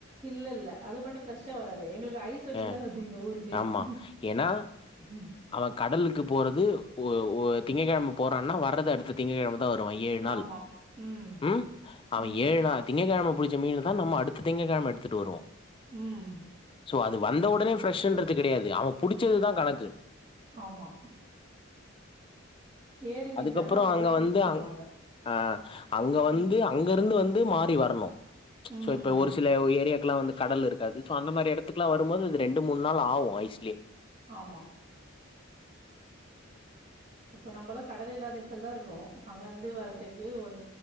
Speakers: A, on the right (about 35°); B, on the left (about 25°).
A: இல்ல இல்ல அது மட்டும் ஃப்ரெஸ்ஷா வராது எங்களுக்கு ஐஸ் வச்சுதானே
B: ஆ
A: வருது ஊருக்கு
B: ஆமா
A: ம்
B: ஏன்னா
A: ம்.
B: அவன் கடலுக்கு போறது ஒ ஒ திங்க்கிழம. ஆன வரது அடுத்த திங்கக்கிழம. தா வருவான் ஏழ் நாள்.
A: ஆமா. ம்.
B: உம் அவன்
A: ம்
B: ஏழ் நாள் திங்கக்கிழம. புடிச்ச மீனதா நாம அடுத்த திங்கக்கிழம எடுத்துட்டு வருவோ
A: உம்.
B: சோ அது வந்த உடனே ஃப்ரெஷ்ஷூன்றது கிடையாது அவன் பிடிச்சதுதா கணக்கு.
A: ஆமா. ஏரி மீன்
B: அதுக்கப்புறோ
A: தானா அப்பவே
B: அங்க
A: புடிச்சு
B: வந்து
A: தருவாங்க.
B: அ அங்க வந்து
A: ம்
B: அங்க இருந்து வந்து. து மாறி வரணு. ம்ச்
A: ம்
B: சோ இப்ப
A: ம்
B: ஒரு சில ஏரியாக். க்குல்லா வந்து கடல் இருக்காது சோ அந்த மாரி எடத்துக்கெல்லா வரும்போது ரெண்டு மூணு நாள் ஆகு ஐஸ்லயே.
A: ஆமா. இப்போ நம்ம எல்லா கடல் இல்லாத இடத்துலதா இருக்கோ அங்க இந்து வர்ரதுக்கு ஒன்